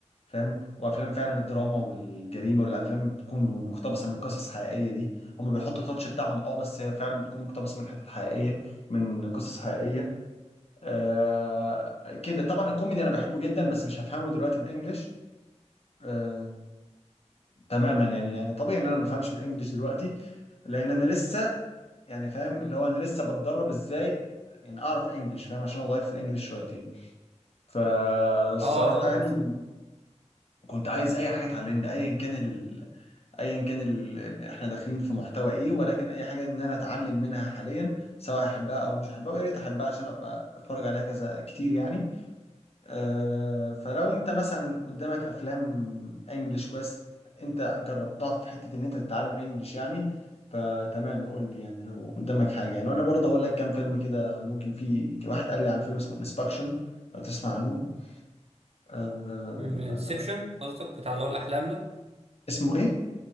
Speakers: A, on the left (about 55°); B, on the right (about 55°).
A: فاهم وافلام فعلا الدراما والجريمه والافلام بتكون مقتبسه من قصص حقيقيه دي هم بيحطوا تاتش بتاعهم اه بس هي فعلا بتكون مقتبسه من حتت حقيقيه من قصص حقيقيه آه كده طبعا الكوميدي انا بحبه جدا بس مش هفهمه دلوقتي بالانجلش آه تماما يعني يعني طبيعي ان انا ما بفهمش بالانجلش دلوقتي لان انا لسه يعني فاهم اللي هو انا لسه بتدرب ازاي يعني اعرف انجلش فاهم عشان اضيف في الانجلش شويتين فالصراحه
B: اه اه
A: يعني كنت عايز اي حاجه تعلمني ايا كان ال... ايا كان ال... ال- احنا داخلين في محتوى ايه ولكن اي حاجه ان انا اتعلم منها حاليا سواء احبها او مش احبها ويا ريت احبها عشان ابقى اتفرج عليها كذا كتير يعني أه فلو انت مثلا قدامك افلام انجلش كويس انت جربتها في حته ان انت تتعلم انجلش يعني فتمام قول لي يعني لو قدامك حاجه يعني وانا برضه هقول لك كام فيلم كده ممكن في في واحد قال لي عن فيلم اسمه انسبكشن لو تسمع عنه أه
B: انسبشن قصدك بتاع اللي هو الاحلام ده
A: اسمه ايه